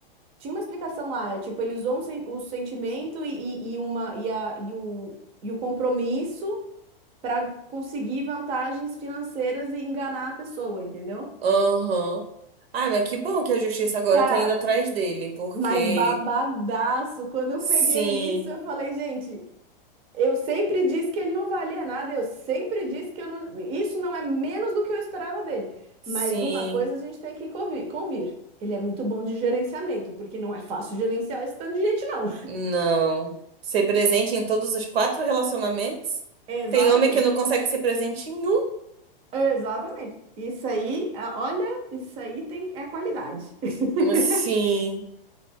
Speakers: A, on the right; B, on the right.
A: Tinha uma explicação lá, é tipo, ele usou um sen- o sentimento e, e, e uma, e, a, e, o, e o compromisso para conseguir vantagens financeiras e enganar a pessoa, entendeu?
B: Aham. Ai, mas que bom que a justiça agora
A: Cara,
B: tá indo atrás dele, porque
A: mas babadaço, quando eu
B: sim,
A: peguei isso, eu falei, gente, Eu sempre disse que ele não valia nada, eu sempre disse que eu não. Isso não é menos do que eu esperava dele.
B: sim,
A: Mas uma coisa a gente tem que convi- convir. Ele é muito bom de gerenciamento, porque não é fácil gerenciar esse tanto de gente, não.
B: não. Ser presente em todos os quatro relacionamentos?
A: <laughs> Exatamente.
B: Tem homem que não consegue ser presente em um?
A: Exatamente. Isso aí, ah, olha, isso aí tem, é qualidade. <laughs>
B: Sim.